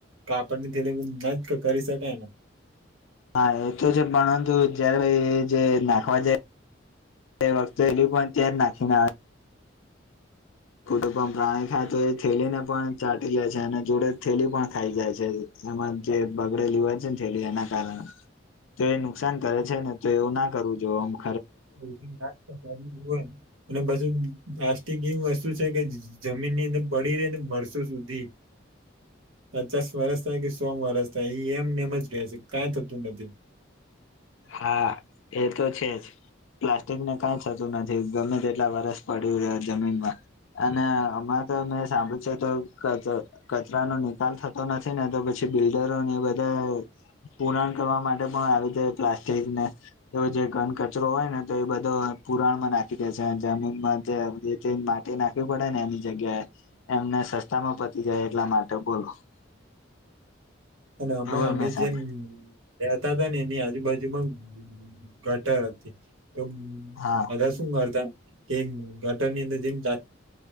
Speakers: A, on the right; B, on the left.
A: કાપડની થેલી ન જ કરી શકાય ને.
B: હા એ તો છે પરંતુ જયારે એ જે નાખવા જાય એ વખતે થેલી પણ ત્યાં જ નાખીને આવે. <unintelligible> પ્રાણી ખાય તો એ થેલી ને પણ ચાટી જાય છે અને જોડે થેલી પણ ખાઈ જાય છે. એમાં જે બગડેલી હોય છે ને થેલી એના કારણે તે નુકસાન કરે છે, ને તેઓ ના કરવું જો <unintelligible>
A: <unintelligible> અને બધું પ્લાસ્ટિક ની વસ શું છે કે જ જમીન ની અંદર પડી રેને વરસો સુધી પચાસ વરસ થાય કે સો વરસ થાય ઈ એમને એમ જ રહેે છે, કાઈ થતું નથી.
B: હા, એ તો છે જ. પ્લાસ્ટિક ને કાઈ થતું નથી, ગમે તેટલા વરસ પડ્યું રહે જમીનમાં. અને હમણા તો મેં સાંભળ્યું છે <unintelligible> કે કચ કચરા નો નિકાલ થતો નથી ને તો પછી છી બિલ્ડરોને એ બધા પૂરાણ કરવા માટે પણ આવી જા પ્લાસ્ટિકને, એવું જે ઘન કચરો હોય ને તો એ બધો પુરાણમાં નાખી દે છે આ જમીનમાં. જેમ તે જે માટી નાખવી પડે ને એની જગ્યાએ, એમને સસ્તા માં પતી જાય એટલા માટે <unintelligible>
A: અને અમે
B: એવું
A: અમે
B: મેં સાંભળ્યું
A: જેમ રહેતા તા ને એની આજુબાજુમાં ગટર હતી. તો
B: હા
A: બધા શું કરતા કે ગટર ની અંદર જેમ